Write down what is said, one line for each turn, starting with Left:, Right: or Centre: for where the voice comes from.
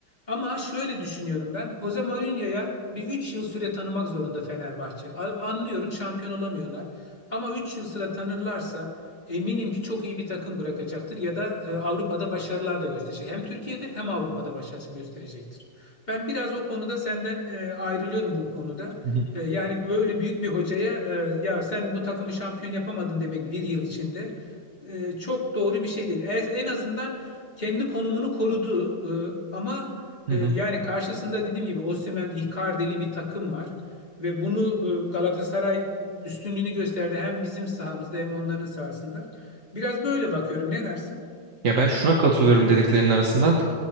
Left: Ama şöyle düşünüyorum ben. Jose Mourinho'ya bir 3 yıl süre tanımak zorunda Fenerbahçe. A- Anlıyorum şampiyon olamıyorlar. Ama 3 yıl süre tanırlarsa eminim ki çok iyi bir takım bırakacaktır ya da e, Avrupa'da başarılar da gösterecek. Hem Türkiye'de hem Avrupa'da başarısı gösterecektir. Ben biraz o konuda senden e, ayrılıyorum bu konuda.
Right: hı.
Left: E, yani böyle büyük bir hocaya e, ya sen bu takımı şampiyon yapamadın demek bir yıl içinde e, çok doğru bir şey değil. En en azından kendi konumunu korudu e, ama
Right: Hı
Left: e,
Right: hı.
Left: Yani karşısında dediğim gibi Osimhen, Icardi'li bir takım var. Ve bunu e, Galatasaray üstünlüğünü gösterdi hem bizim sahamızda hem onların sahasında. Biraz böyle bakıyorum. Ne dersin?
Right: Ya ben şuna katılıyorum dediklerinin arasından